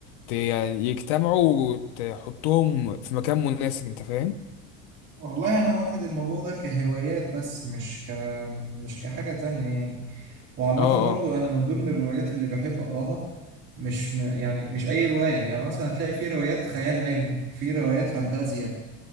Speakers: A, on the left; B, on the right.
A: ت- يعني يجتمعوا وتحطهم في مكان مناسب انت فاهم؟
B: والله أنا واخد الموضوع ده كهوايات بس مش ك... مش كحاجة تانية يعني وعامة
A: اه
B: برضو
A: اه
B: أنا من ضمن الروايات اللي بحب أقراها مش م... يعني مش أي رواية يعني مثلا هتلاقي في روايات خيال علمي في روايات فانتازيا